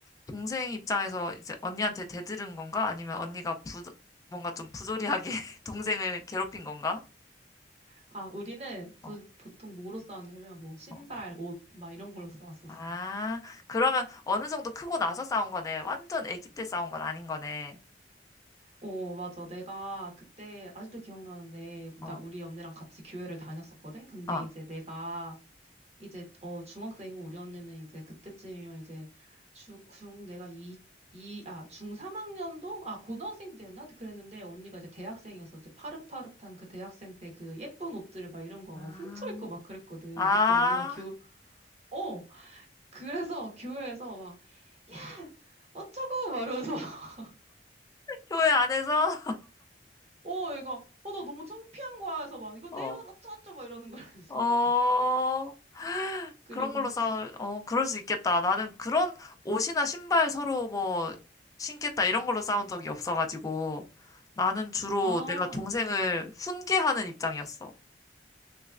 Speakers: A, on the left; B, on the right.
A: 동생 입장에서 이제 언니한테 대들은 건가? 아니면 언니가 부, 뭔가 좀 부조리하게 <laughs> 동생을 괴롭힌 건가?
B: 아, 우리는 도,
A: 어,
B: 보통 뭐로 싸웠냐면, 뭐, 신발,
A: 어.
B: 옷, 막 이런 걸로 싸웠었어.
A: 아, 그러면 어느 정도 크고 나서 싸운 거네. 완전 아기 때 싸운 건 아닌 거네.
B: 어, 어, 맞아. 내가 그때, 아직도 기억나는데, 나
A: 어,
B: 우리 언니랑 같이 교회를 다녔었거든? 근데
A: 어.
B: 이제 내가, 이제, 어, 중학생이고 우리 언니는 이제 그때쯤이면 이제, 중, 중, 내가 이, 이, 아, 중 3학년도? 아, 고등학생 때였나? 그랬는데, 언니가 이제 대학생이어서 이제 파릇파릇한 그 대학생 때 그 예쁜 옷들을 막 이런 거
A: 아,
B: 막 훔쳐입고 막 그랬거든.
A: 아,
B: 그때 언니가 교, 어! 그래서 교회에서 막, 야! 어쩌고! 막 이러면서, <laughs>
A: 교회 안에서?
B: 어, 얘가, 어, 나 너무 창피한 거야. 해서 막,
A: <laughs>
B: 이거 내
A: 어,
B: 옷 어쩌어쩌! 막 이러는 거야. 그래서
A: 어,
B: 나.
A: <gasps>
B: 그리고,
A: 그런 걸로 싸울,
B: 진
A: 어, 그럴 수 있겠다. 나는 그런 옷이나 신발 서로 뭐 신겠다 이런 걸로 싸운 적이 없어가지고 나는 주로
B: 아,
A: 내가 동생을 훈계하는 입장이었어.